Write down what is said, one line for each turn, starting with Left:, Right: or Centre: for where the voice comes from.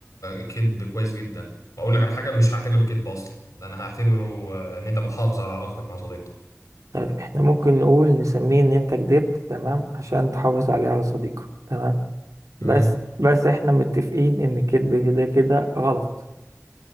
Left: كذب كويس جدا واقول لك على حاجه مش هعتبره كذب اصلا ده انا هعتبره آه، ان انت بتحافظ على علاقتك مع صديقك
Right: طيب احنا ممكن نقول نسميه ان انت كدبت تمام عشان تحافظ عليه على صديقك تمام بس
Left: امم
Right: بس احنا متفقين ان الكذب كده كده غلط